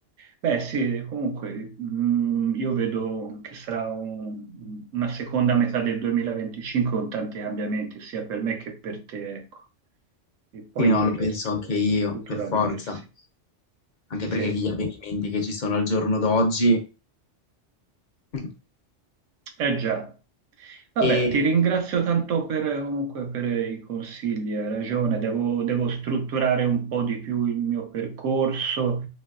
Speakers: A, on the right (about 80°); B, on the left (about 55°).
A: Beh, sì, comunque, mh, io vedo che sarà un- una seconda metà del 2025 con tanti cambiamenti, sia per me che per te, ecco. E poi
B: Sì, no, lo
A: il
B: penso
A: resto
B: anche io,
A: tutto
B: per
A: da
B: forza,
A: vedersi.
B: anche
A: Sì.
B: perché gli avvenimenti che ci sono al giorno d'oggi <laughs>
A: Eh già. Vabbè,
B: e
A: ti ringrazio tanto per, comunque, per i consigli, hai ragione, devo, devo strutturare un po' di più il mio percorso